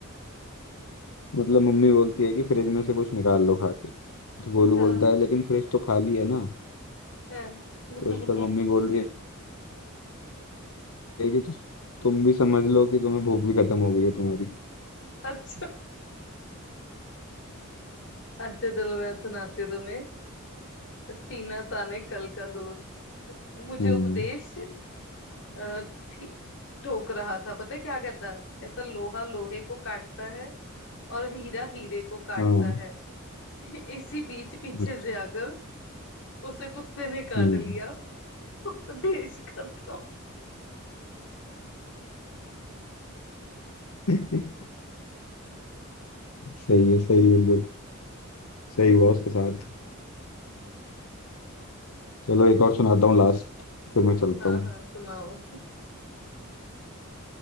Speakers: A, on the left; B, on the left.
A: मतलब मम्मी बोलती है कि फ्रिज में से कुछ निकाल लो खा के तो गोलू
B: हाँ
A: बोलता है लेकिन फ्रिज तो खाली है ना
B: हाँ <laughs>
A: तो इस पर मम्मी बोल रही है कि "तो तुम भी समझ लो कि तुम्हें भूख भी खत्म हो गई है तुम्हारी
B: अच्छा अच्छा चलो मैं सुनाती हूँ तुम्हें सीना ताने कल का दोस्त मुझे
A: हम्म
B: उपदेश अ, ठी- ठोक रहा था पता है क्या कहता कहता लोहा लोहे को काटता है और हीरा हीरे को काटता
A: हाँ
B: है इसी बीच पीछे
A: अच्छा,
B: से आकर उसे कुत्ते ने काट
A: हम्म
B: लिया <laughs> उपदेश खत्म
A: <laughs> सही है सही बिल्कुल सही हुआ उसके साथ चलो एक और सुनाता हूँ लास्ट फिर मैं चलता
B: हाँ
A: हूँ
B: हाँ सुनाओ